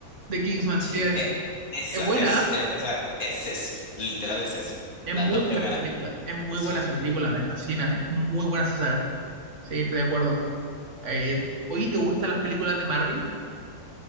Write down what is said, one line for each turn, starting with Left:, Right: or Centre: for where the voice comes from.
Right: de Kingsman.
Left: Sí,
Right: te iba a decir.
Left: e- esa
Right: Es buena,
Left: es,
Right: ¿ah?
Left: e- o sea, es eso, literal es eso.
Right: Es
Left: Las
Right: muy
Left: dos
Right: buena
Left: primeras,
Right: esa película, es muy
Left: sí.
Right: buena esa película, me fascina, es muy buena esa saga. Sí, estoy de acuerdo. Eh, ¿hoy te gustan las películas de Marvel?